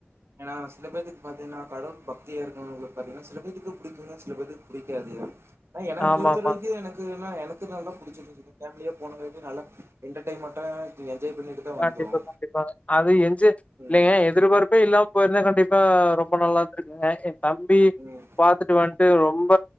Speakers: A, on the right (about 75°); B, on the left (about 30°).
A: ஏனா சில பேத்துக்கு பாத்தீங்கன்னா கடவுள் பக்தியா இருக்கிறவங்களுக்கு பாத்தீங்கன்னா சில பேத்துக்கு புடிக்குங்க சில பேத்துக்கு புடிக்காது ஆனா என்ன
B: ஆமாமா.
A: பொருத்த வரைக்கு எனக் க்குனா எனக்கு நல்லா புடிச்சிருந்துச்சுங்க பேமிலியா போனவங்க என்டர்டைன்மென்டா என்ஜாய் பண்ணிட்டு தான் வந்தோம்
B: கண்டிப்பா கண்டிப்பா அது எஞ்சிக்
A: ம்
B: இல்லைங்க எதிர்பார்ப் ப்பே இல்லாம போய்ருந்தா கண்டிப்பா ரொம்ப நல்லா இருந்துருக்குங்க எ தம்பி
A: ம்
B: பாத்துட்டு வண் டு ரொம்ப